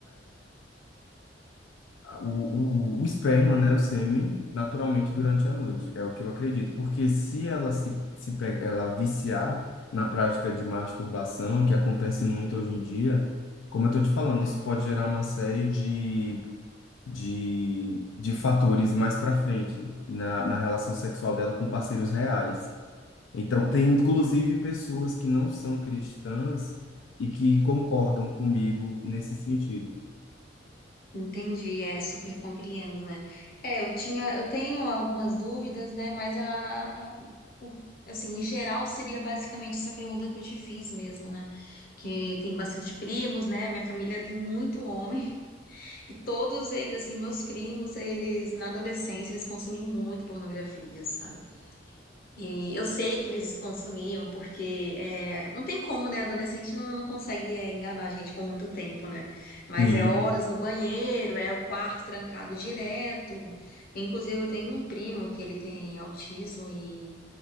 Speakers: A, on the left; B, on the left.
A: o, o, o esperma, né, o sêmen, naturalmente durante a noite. É o que eu acredito. Porque se ela se, se pega, ela viciar na prática de masturbação, que acontece muito hoje em dia, como eu tô te falando, isso pode gerar uma série de, de, de fatores mais para frente na, na relação sexual dela com parceiros reais. Então, tem inclusive pessoas que não são cristãs e que concordam comigo nesse sentido.
B: Entendi, é, super compreendo, né? É, eu tinha, eu tenho algumas dúvidas, né? Mas a, a- o- assim, em geral seria basicamente essa pergunta que eu te fiz mesmo, né? Que tem bastante primos, né? Minha família tem muito homem <laughs> e todos eles, assim, meus primos, eles na adolescência eles consumiam muita pornografia, sabe? E eu sei que eles consumiam, porque é, não tem como, né? Adolescente não, não consegue é, enganar a gente por muito tempo, né? Mas
A: Sim.
B: é horas no banheiro, é o quarto trancado direto. Inclusive, eu tenho um primo que ele tem autismo e